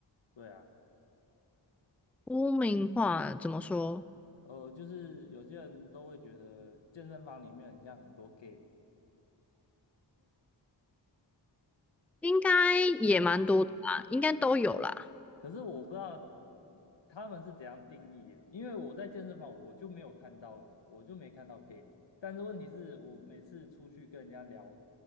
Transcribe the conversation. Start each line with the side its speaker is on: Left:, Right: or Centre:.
Left: 对啊，
Centre: 污名化怎么说？
Left: 呃，就是有些人都会觉得健身房里面很像很多 gay，
Centre: 应该也蛮多的吧，
Left: 没有
Centre: 应该都有啦。
Left: 可是我不知道他们是怎样定义耶，因为我在健身房我就没有看到，我就没看到 gay。但是问题是我每次出去跟人家聊，